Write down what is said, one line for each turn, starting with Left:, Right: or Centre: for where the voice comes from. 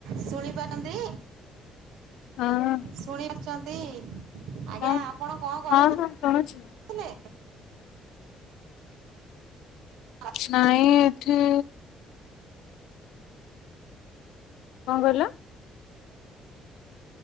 Right: ଶୁଣିପାରନ୍ତି,
Left: ହଁ
Right: ଶୁଣି ପାରୁଛନ୍ତି। ଆଜ୍ଞା
Left: ହଁ
Right: ଆପଣ କଣ କରୁ
Left: ହଁ
Right: ଥିଲେ।
Left: ହଁ ଶୁଣୁଛି
Right: <inaudible>
Left: ନାଇଁ ଏଠି। କଣ କହିଲ?